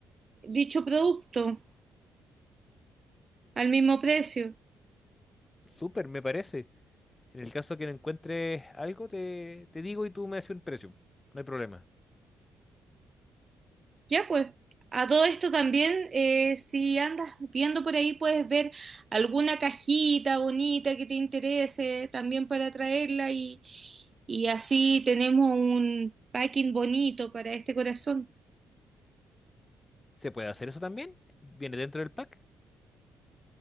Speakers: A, on the right; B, on the left.
A: dicho producto al mismo precio.
B: Súper, me parece. En el caso que no encuentres algo, te, te digo y tú me haces un precio. No hay problema.
A: Ya pues, a todo esto también, eh, si andas viendo por ahí, puedes ver alguna cajita bonita que te interese también para traerla y, y así tenemos un packing bonito para este corazón.
B: ¿Se puede hacer eso también? ¿Viene dentro del pack?